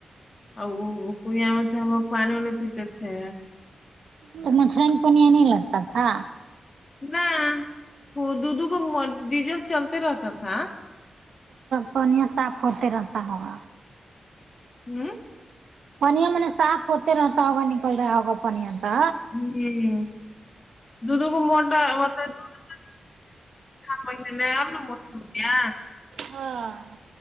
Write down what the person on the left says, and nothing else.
اور وہ کڑیا میں سے ہم لوگ پانی وانی پیتے تھے
نہ وہ دھو دھو کو ڈیزل چلتے رہتا تھا
ہمم
ہمم دو دو کو موٹا مت <unintelligible> مٹا <unintelligible> روپیا